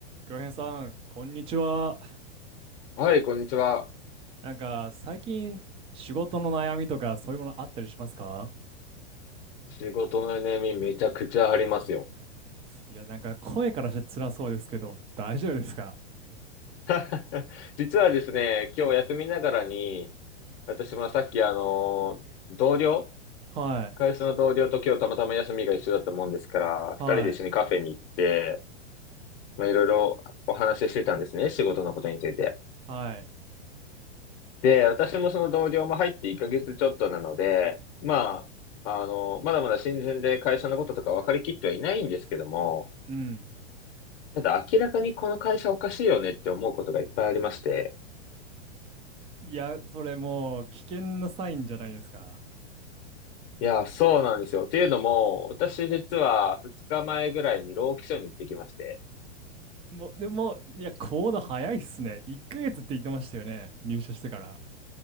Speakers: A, on the right (about 15°); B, on the left (about 55°).
A: 京平さん、こんにちは。
B: はい、こんにちは。
A: なんか、最近、仕事の悩みとか、そういうものあったりしますか
B: 仕事の悩みめちゃくちゃありますよ。
A: いや、なんか、声からして辛そうですけど、大丈夫ですか
B: <laughs> 実はですね、今日休みながらに、私もさっきあの、同僚、
A: はい、
B: 会社の同僚と今日たまたま休みが一緒だったもんですから、
A: はい、
B: 二人で一緒にカフェに行って、まあ、いろいろお話ししてたんですね、仕事のことについて。
A: はい、
B: で、私もその同僚も入って1ヶ月ちょっとなので、まあ、あの、まだまだ新人で会社のこととか分かりきってはいないんですけども、
A: うん。
B: ただ明らかにこの会社おかしいよねって思うことがいっぱいありまして。
A: いや、それもう、危険なサインじゃないですか。
B: いや、そうなんですよ。っていうのも、私実は2日前ぐらいに労基署に行ってきまして。
A: もう、でも、いや、行動早いっすね。1ヶ月って言ってましたよね。入社してから。